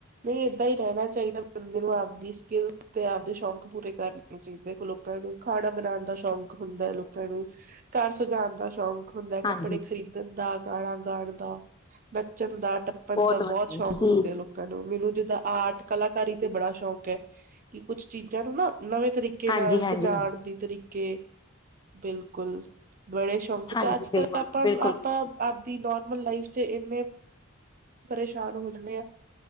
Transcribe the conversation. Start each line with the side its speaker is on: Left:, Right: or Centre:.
Right: ਨਈ ਏਦਾਂ ਹੀ ਰੇਂਣਾ ਚਾਹੀਦਾ ਬੰਦੇ ਨੂੰ ਆਪਦੀ ਸਕਿੱਲ ਤੇ ਆਪਦੇ ਸ਼ੌਂਕ ਪੂਰੇ ਕਰਨ ਚਹੀ ਦੇਖੋ ਲੋਕਾਂ ਨੂੰ ਖਾਣਾ ਬਣਾਣ ਦਾ ਸ਼ੌਕ ਹੁੰਦਾ ਐ ਲੋਕਾਂ ਨੂੰ ਕਾਰ ਸਜਾਣ ਦਾ ਸ਼ੌਕ ਹੁੰਦਾ ਐ, ਕੱਪੜੇ
Left: ਹਾਂਜੀ
Right: ਖਰੀਦਣ ਦਾ, ਗਾਣਾ ਗਾਣ ਦਾ, ਨੱਚਣ ਦਾ ਬੰਦਾ
Left: ਬਹੁਤ ਵਧੀਆ
Right: ਬੋਤ ਸ਼ੌਂਕ
Left: ਜੀ
Right: ਹੁੰਦੇ ਆ ਲੋਕ ਲੋਕਾਂ ਨੂੰ, ਮੈਨੂੰ ਜਿੱਦਾਂ ਆਰਟ ਕਲਾਕਾਰੀ ਤੇ ਬੜਾ ਸ਼ੌਕ ਐ ਕਿ ਕੁੱਛ ਚੀਜ਼ਾਂ ਨੂੰ ਨਾ ਨਵੇਂ ਤਰੀਕੇ
Left: ਹਾਂਜੀ
Right: ਨਾਲ
Left: ਹਾਂਜੀ
Right: ਸਜਾਣ ਦੀ ਤਰੀਕੇ। ਬਿਲਕੁਲ ਬੜੇ ਸ਼ੌਂਕ ਤੇ
Left: ਹਾਂਜੀ
Right: ਅੱਜ
Left: ਬਿਲਕੁਲ
Right: ਕੱਲ ਆਪਾਂ
Left: ਬਿਲਕੁਲ
Right: ਨੂੰ ਆਪਾਂ
Left: ਬਿਲਕੁਲ।
Right: ਆਪ ਦੀ ਨੋਰਮਲ ਲਾਈਫ ਚ ਏਨੇ ਪਰੇਸ਼ਾਨ ਹੋ ਜਾਂਦੇ ਆ,